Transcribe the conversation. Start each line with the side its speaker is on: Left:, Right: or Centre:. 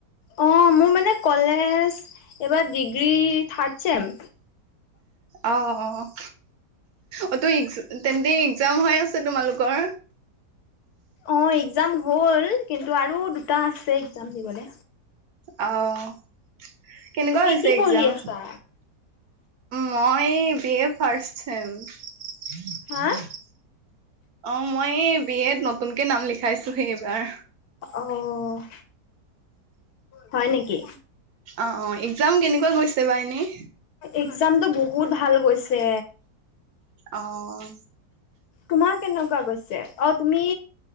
Left: অ' মোৰ মানে কলেজ এইবাৰ ডিগ্ৰী থাৰ্ড ছেম
Right: অ', অ' ত'এক তেন্তে এক্সাম হৈ আছে তোমালোকৰ?
Left: অ' এক্সাম হ'ল, কিন্তু আৰু দুটা আছে এক্সাম দিবলে।
Right: অ' কেনেকুৱা
Left: তুমি
Right: হৈছে
Left: কি
Right: এক্সাম?
Left: পঢ়ি আছা
Right: মই বি এ ৰ্ফাষ্ট চেম। হ হ <unintelligible>
Left: হা
Right: অ' মই এই বি এত নতুনকে নাম লিখাইছোহে এইবাৰ।
Left: অ'। হয় নেকি?
Right: অ', অ' একাম কেনেকুৱা গৈছে বা এনেই?
Left: এক্সাম টো বহুত ভাল গৈছে।
Right: অ'।
Left: তোমাৰ কেনেকুৱা গৈছে? অ' তুমি